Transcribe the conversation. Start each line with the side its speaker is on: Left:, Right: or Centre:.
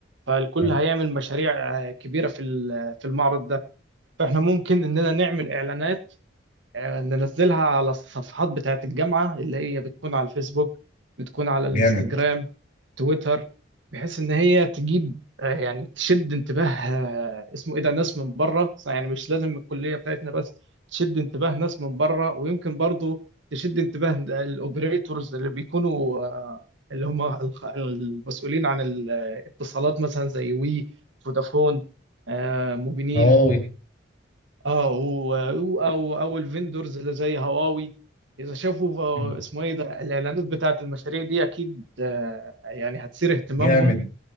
Right: فالكل
Left: مم.
Right: هيعمل مشاريع آه، كبيرة في ال- في المعرض ده فإحنا ممكن إننا نعمل إعلانات آه، ننزلها على الصفحات بتاعة الجامعة اللي هي بتكون على الفيسبوك بتكون على الانستجرام
Left: جامد
Right: تويتر بحيث إن هي تجيب آه، يعني تشد انتباه آه، اسمه إيه ده ناس من بره يعني مش لازم الكلية بتاعتنا بس تشد انتباه ناس من بره ويمكن برضو تشد انتباه الأوبريتورز اللي بيكونوا آه، اللي هم الخ- المسؤولين عن الاتصالات مثلا زي وي فودافون آه، موبينيل
Left: هواوي
Right: اه و- و- او او الفندورز اللي زي هواوي اذا شافوا
Left: مم.
Right: ف- اسمه ايه ده الاعلانات بتاعت المشاريع دي اكيد آه، يعني هتثير اهتمامهم
Left: جامد